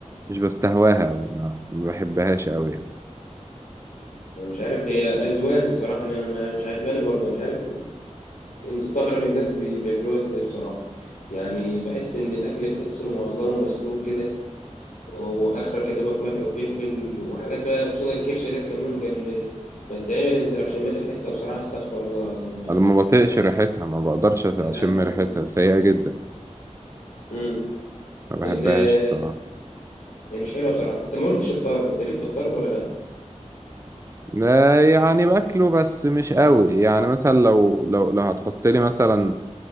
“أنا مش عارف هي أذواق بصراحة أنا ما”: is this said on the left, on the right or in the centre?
Left